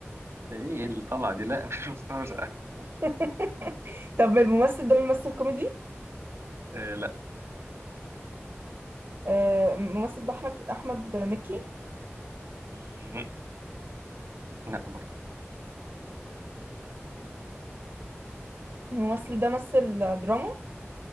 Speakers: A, on the right; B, on the right.
A: ايه اللي طلع دي لا <laughs> مش مستوعب
B: <laughs> طب الممثل ده بيمثل كوميدي
A: آه
B: آه، الممثل ده احمد احمد مكي
A: لا لا برضه
B: الممثل ده مثل دراما